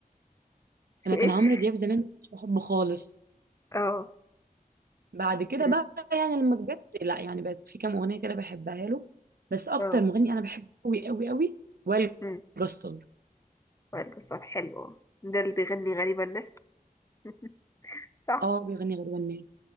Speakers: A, on the right (about 80°); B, on the left (about 20°).
A: أنا
B: <laughs>
A: كان عمرو دياب زمان مش بحبه خالص
B: اه
A: بعد كده
B: مم.
A: بقى يعني لما كبرت لا يعني بقت في كام أغنية كده بحبها له بس أكتر
B: اه
A: مغني أنا بحبه أوي أوي أوي وائل
B: مم.
A: جسار
B: وائل جسار حلو ده اللي بيغني غريبة الناس <laughs> صح
A: اه بيغني غريبة الناس